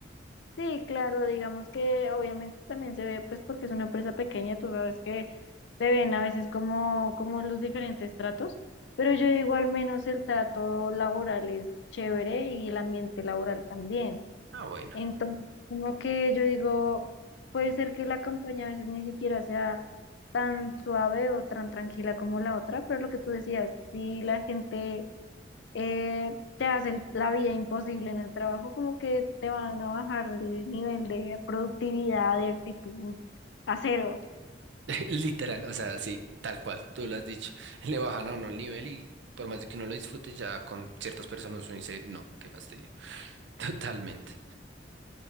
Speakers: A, on the left (about 80°); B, on the right (about 85°).
A: Sí, claro, digamos que obviamente también se ve pues porque es una empresa pequeña, tú sabes que se ven a veces como, como los diferentes tratos, pero yo digo al menos el trato laboral es chévere y el ambiente laboral también.
B: Ah, bueno,
A: Entonces, como que yo digo, puede ser que la campaña a veces ni siquiera sea tan suave o tan tranquila como la otra, pero lo que tú decías, si la gente eh, te hace la vida imposible en el trabajo, como que te van a bajar el nivel de productividad, de actitud a cero.
B: <laughs> literal, o sea, sí, tal cual, tú lo has dicho, le bajan a uno el nivel y por más de que uno lo disfrute, ya con ciertas personas uno dice, no, qué fastidio, <laughs> totalmente.